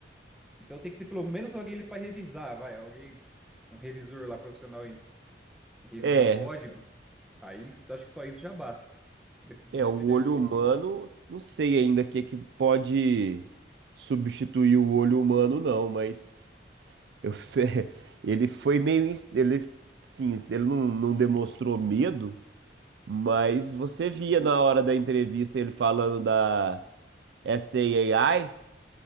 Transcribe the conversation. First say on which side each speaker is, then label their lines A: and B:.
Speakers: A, in the centre; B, on the right.
A: Então tem que ter pelo menos alguém ali para revisar, vai, alguém... Um revisor lá profissional em revisar
B: é,
A: código. Aí isso- acho que só isso já basta, de- de-
B: é
A: dependendo
B: o olho
A: de como
B: humano,
A: for.
B: não sei ainda o que é que pode substituir o olho humano não, mas eu fe- <laughs> ele foi meio, ins- ele, sim, ele não, não demonstrou medo, mas você via na hora da entrevista ele falando da SAI